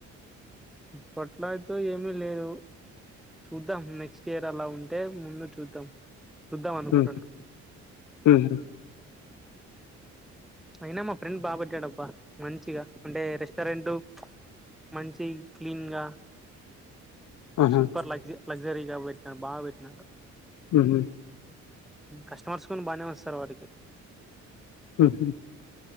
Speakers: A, in the centre; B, on the left.
A: ఇప్పట్లో అయితే ఏమి లేదు చూద్దాం నెక్స్ట్ ఇయర్ అలా ఉంటే ముందు చూద్దాం చుద్దాం అనుకుంటున్నా
B: ఉహు ఉహు
A: అయినా మా ఫ్రెండ్ బాబడ్డాడబ్బా మంచిగా అంటే రెస్టారెంట్ మంచి క్లీన్ గా
B: ఆహా
A: సుప్పర్ లగ్జ లగ్జరీగా పెట్టినా బాగా పెట్టినారు
B: ఉహు
A: కస్టమర్స్ కూడా బాగానే వస్తారు వాడికి
B: ఉహు